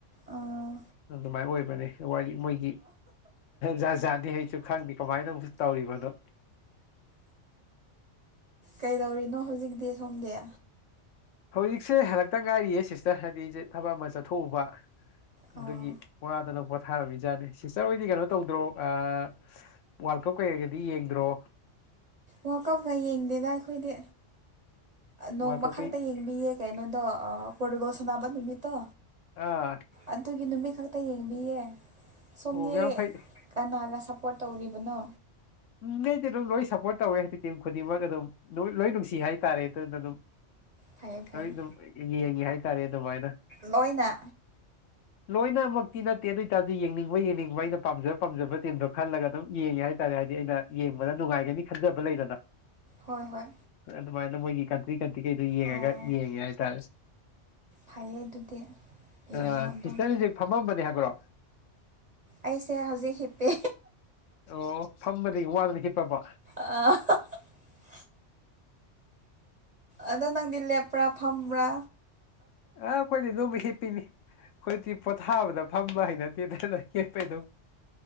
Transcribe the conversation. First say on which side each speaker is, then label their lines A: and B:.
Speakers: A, on the right; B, on the left.
A: ꯑꯥ
B: ꯑꯗꯨꯃꯥꯏꯅ ꯑꯣꯏꯕꯅꯦ ꯋꯥꯔꯤ ꯃꯣꯏꯒꯤ ꯖꯥꯠ ꯖꯥꯠꯅꯤ ꯑꯩꯁꯨ ꯈꯪꯗꯦ ꯀꯃꯥꯏꯅꯕꯨ ꯇꯧꯔꯤꯕꯅꯣ
A: ꯀꯩꯗꯧꯔꯤꯅꯣ ꯍꯧꯖꯤꯛꯇꯤ ꯁꯣꯝꯗꯤ
B: ꯍꯧꯖꯤꯛꯁꯦ ꯍꯜꯂꯛꯇ ꯉꯥꯏꯔꯤꯌꯦ ꯁꯤꯁꯇꯔ ꯍꯥꯏꯗꯤꯖꯦ ꯊꯕꯛ ꯑꯃ ꯆꯠꯊꯣꯛꯎꯕ
A: ꯑꯣ
B: ꯑꯗꯨꯒꯤ ꯋꯥꯗꯅ ꯄꯣꯠ ꯊꯥꯔꯝꯃꯤꯖꯥꯠꯅꯦ ꯁꯤꯁꯇꯔ ꯍꯣꯏꯗꯤ ꯀꯩꯅꯣ ꯇꯧꯗ꯭ꯔꯣ ꯑꯥ ꯋꯥꯔꯜ ꯀꯞ ꯀꯩꯀꯩꯒꯗꯤ ꯌꯦꯡꯗ꯭ꯔꯣ
A: ꯋꯥꯜꯀꯞꯀ ꯌꯦꯡꯗꯦꯗ ꯑꯩꯈꯣꯏꯗꯤ ꯅꯣꯡꯃꯈꯛꯇ
B: ꯋꯥꯔꯜ ꯀꯞꯀꯩ
A: ꯌꯦꯡꯕꯤꯌꯦ ꯀꯩꯅꯣꯗꯣ ꯄꯣꯔꯇꯨꯒꯣꯜ ꯁꯥꯟꯅꯕ ꯅꯨꯃꯤꯠꯇꯣ
B: ꯑꯥ
A: ꯑꯗꯨꯒꯤ ꯅꯨꯃꯤꯠ ꯈꯛꯇ ꯌꯦꯡꯕꯤꯌꯦ ꯁꯣꯝꯗꯤ
B: ꯑꯣ ꯌꯥꯝ ꯐꯩ
A: ꯀꯅꯥꯒ ꯁꯞꯄꯣꯔꯠ ꯇꯧꯔꯤꯕꯅꯣ
B: ꯎ ꯃꯤꯗꯤ ꯑꯗꯨꯝ ꯂꯣꯏ ꯁꯞꯄꯣꯔꯠ ꯇꯧꯋꯦ ꯇꯤꯝ ꯈꯨꯗꯤꯡꯃꯛ ꯑꯗꯨꯝ ꯂꯣꯏ ꯅꯨꯡꯁꯤ ꯍꯥꯏꯇꯥꯔꯦ ꯑꯗꯨꯅ ꯑꯗꯨꯝ
A: ꯐꯩꯌꯦ ꯐꯩꯌꯦ
B: ꯂꯣꯏ ꯑꯗꯨꯝ ꯌꯦꯡꯉꯦ ꯍꯏꯇꯥꯔꯦ ꯑꯗꯨꯃꯥꯏꯅ
A: ꯂꯣꯏꯅ
B: ꯂꯣꯏꯅꯃꯛꯇꯤ ꯅꯠꯇꯦ ꯑꯗꯨꯏꯇꯥꯔꯗꯤ ꯌꯦꯡꯅꯤꯡꯕ ꯌꯦꯡꯅꯤꯡꯕ ꯑꯩꯅ ꯄꯥꯝꯖꯕ ꯄꯥꯝꯖꯕ ꯇꯤꯝꯗꯣ ꯈꯜꯂꯒ ꯑꯗꯨꯝ ꯌꯦꯡꯉꯦ ꯍꯥꯏꯇꯥꯔꯦ ꯗꯤ ꯑꯩꯅ ꯌꯦꯡꯕꯗ ꯅꯨꯡꯉꯥꯏꯒꯅꯤ ꯈꯟꯖꯕ ꯂꯩꯗꯅ
A: ꯍꯣꯏ ꯍꯣꯏ
B: ꯑꯗꯨꯃꯥꯏꯅ ꯃꯣꯏꯒꯤ ꯀꯟꯇ꯭ꯔꯤ ꯀꯟꯇ꯭ꯔꯤꯈꯩꯗꯨ ꯌꯦꯡꯉꯒ
A: ꯑꯣ
B: ꯌꯦꯡꯉꯦ ꯍꯏꯇꯥꯔꯦ
A: ꯐꯩꯌꯦ ꯑꯗꯨꯗꯤ ꯌꯦꯡꯉꯣ
B: ꯑ
A: ꯑꯗꯨꯝ
B: ꯁꯤꯁꯇꯔꯖꯤ ꯐꯝꯃꯝꯕꯅꯤ ꯍꯥꯏꯕ꯭ꯔꯣ
A: ꯑꯩꯁꯦ ꯍꯧꯖꯤꯛ ꯍꯤꯞꯄꯦ
B: ꯑꯣ ꯐꯝꯕꯗꯒꯤ ꯋꯥꯗꯅ ꯍꯤꯞꯄꯕ
A: ꯑꯥ <inaudible> ꯑꯗꯣ ꯅꯪꯗꯤ ꯂꯦꯞꯄ꯭ꯔ ꯐꯝꯕ꯭ꯔ
B: ꯑ ꯑꯩꯈꯣꯏꯗꯤ ꯑꯗꯨꯝ ꯍꯤꯞꯄꯤꯅꯤ ꯑꯩꯈꯣꯏꯗꯤ ꯄꯣꯊꯥꯕꯗ ꯐꯝꯕ ꯍꯩꯅꯗꯦ ꯍꯤꯞꯇꯦꯗ ꯍꯤꯞꯄꯦ ꯑꯗꯨꯝ <inaudible>